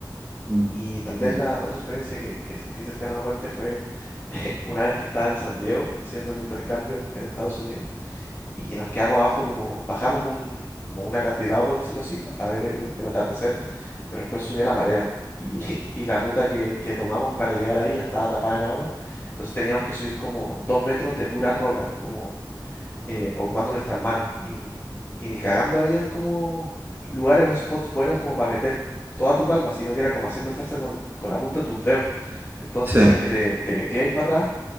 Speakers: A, on the right; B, on the left.
A: Mm,
B: Y tal vez
A: mm.
B: la otra experiencia que, que sentí cercana a la muerte fue <laughs> una vez que estaba en San Diego haciendo un intercambio en, en Estados Unidos y que nos quedamos abajo como, bajamos a un, como un acantilado, por decirlo así, a ver el, el atardecer, pero después subió la marea y, <laughs> y la ruta que, que tomamos para llegar ahí ya estaba tapada en agua, entonces teníamos que subir como dos metros de puras rocas, como eh, ocupando nuestras manos. Y, y ni cagando habían como lugares o spots buenos como para meter toda tu palma, sino que era como haciendo fuerza con, con la punta de tus dedos. Entonces,
A: sí,
B: si es que te, te, te ibais para atrás,